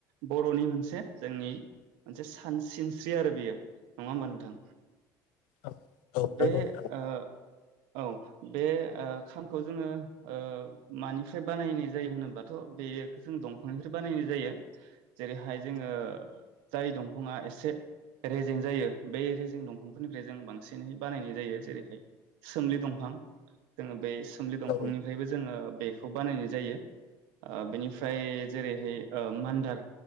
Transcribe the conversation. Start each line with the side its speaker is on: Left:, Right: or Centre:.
Right: बर'नि मोन मोनसे जोंनि मोनसे सान सिनस्रि आरो बेयो नङा होमबा नोंथां?
Left: औ
Right: बे
Left: नंगौ नोंथां
Right: ओ औ बे ओ खामखौ जोङो ओ मानिफ्राय बानायनाय जायो होनोबाथ' बेयो जों दंफांनिफ्राय बानायनाय जायो जेरैहाय जोङो जाय दंफाङा एसे रेजें जायो बे रेजें दंफांफोरनिफ्राय जों बांसिनै बानायनाय जायो जेरैहाय सोमलि दंफां जोङो बे सो सोमलि दंफांनिफ्रायबो
Left: औ
Right: जोङो बेखौ बानायनाय जायो ओ बेनिफ्राय जेरैहाय ओ मान्दार